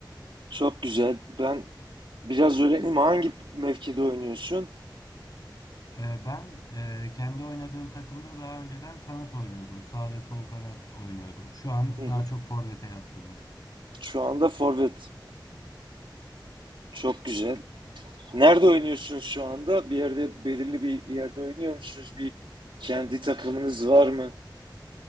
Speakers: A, on the right; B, on the left.
A: Çok güzel. Ben biraz öğreneyim. Hangi mevkide oynuyorsun?
B: E, ben e, kendi oynadığım takımda daha önceden kanat oynuyordum. Sağ ve sol kanat oynuyordum. Şu an
A: Hı
B: daha
A: hı.
B: çok forvete yatkınım.
A: Şu anda forvet. Çok güzel. Nerede oynuyorsunuz şu anda? Bir yerde, belirli bir yerde oynuyor musunuz? Bir kendi takımınız var mı?